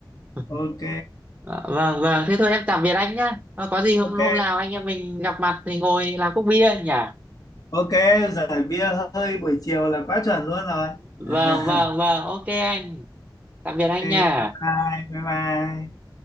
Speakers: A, on the right (about 15°); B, on the left (about 50°).
A: <laughs>
B: ok
A: Ờ, vâng vâng thế thôi em tạm biệt anh nhá Ờ, có gì hôm
B: ok
A: hôm nào anh em mình gặp mặt thì ngồi làm cốc bia nhỉ
B: ok giải bia hơi buổi chiều là quá chuẩn luôn rồi
A: vâng
B: <laughs>
A: vâng vâng ok anh tạm biệt
B: ok
A: anh nha
B: bye bye bye bye